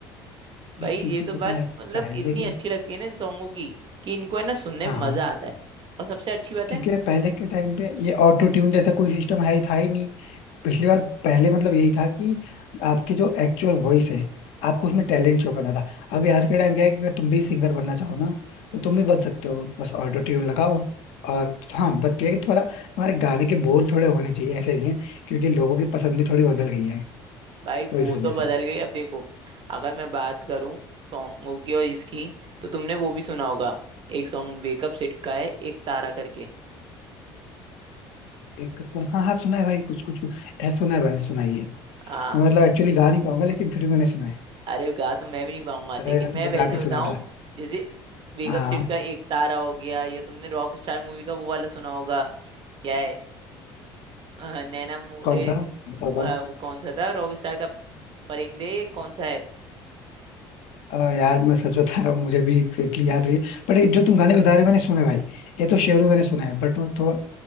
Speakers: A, on the right; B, on the left.
A: भाई
B: भाई क्योंकि
A: ये तो बात
B: पता है
A: मतलब
B: पहले
A: इतनी
B: के
A: अच्छी लगती है ना इन सॉन्गों की कि इनको है ना सुनने
B: हाँ
A: में
B: हाँ
A: मजा आता है और सबसे अच्छी बात
B: क्योंकि
A: है
B: यार पहले के टाइम पे ये ऑटो ट्यून जैसा कोई सिस्टम है ही था ही नहीं पिछली बार पहले मतलब यही था कि आपकी जो एक्चुअल वॉइस है आपको उसमें टैलेंट शो करना था अभी आज के टाइम क्या है कि अगर तुम भी सिंगर बनना चाहो ना तो तुम भी बन सकते हो बस ऑटो ट्यून लगाओ और हाँ बट ये है कि थोड़ा हमारे गाने के बोल थोड़े होने चाहिए ऐसे नहीं है क्योंकि लोगों की पसंद भी थोड़ी बदल गई है
A: भाई वो
B: तो इस वजह
A: तो
B: से
A: बदल गई अब देखो अगर मैं बात करूं सॉन्गों की और इसकी तो तुमने वो भी सुना होगा एक सॉन्ग वेकअप सिड का है एक तारा करके
B: एक तो हाँ हाँ सुना है भाई कुछ कुछ कुछ ऐसा सुना है भाई सुनाइए
A: हाँ,
B: मैं मतलब एक्चुअली गा नहीं पाऊंगा लेकिन फिर भी मैंने सुना है
A: अरे गा तो मैं भी नहीं पाऊंगा लेकिन
B: अगर है ना
A: मैं
B: तो मैं
A: वैसे
B: गा के
A: बताऊं
B: सुनाता
A: जैसे वेकअप
B: हाँ
A: सेट
B: हाँ
A: का एक तारा हो गया या तुमने रॉक स्टार मूवी का वो वाला सुना होगा क्या है अ, नैना मोरे
B: कौन सा बताओ
A: अ,
B: बताओ
A: वो कौन सा था रॉक स्टार का परिंदे कौन सा है
B: अ, यार मैं सच बता रहा हूँ मुझे भी एग्जैक्टली याद रही है बट जो तुम गाने बता रहे हो मैंने सुना है भाई ये तो शेरू मैंने सुना है बट वो थोड़ा